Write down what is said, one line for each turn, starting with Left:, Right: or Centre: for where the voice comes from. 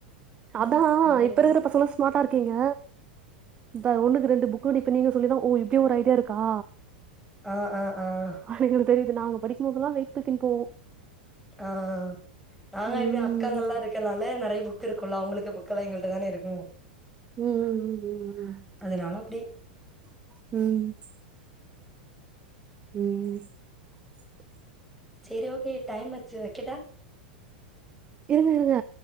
Right: அதா
Centre: அப்படியா?
Right: இப்ப இருக்குற பசங்களா ஸ்மாட்டா இருக்கீங்க இப்ப ஒன்னுக்கு ரெண்டு புக் கூட இப்ப நீங்க சொல்லிதா ஓ இப்டி ஒரு ஐடியா இருக்கா
Centre: ஆன் ஆன் ஆன்
Right: அவளுக்கு தெரியுது நாங்க படிக்குபோதல்லா வெய்ட் தூக்கினு போவோ
Centre: ஆ நாங்க
Right: ம்
Centre: எப்டி அக்காங்கலா இருக்கனால நெறய புக் இருக்கும்ல்ல அவங்களுக்கு புக்கெல்லா எங்கள்ட்ட தான இருக்கு
Right: ம் ம் ம்
Centre: அதனால
Right: ம்
Centre: அப்டி
Right: ம் ம் ம்
Centre: சரி ஓகே டைம் ஆச்சி வெக்கட்டா
Right: இருங்க இருங்க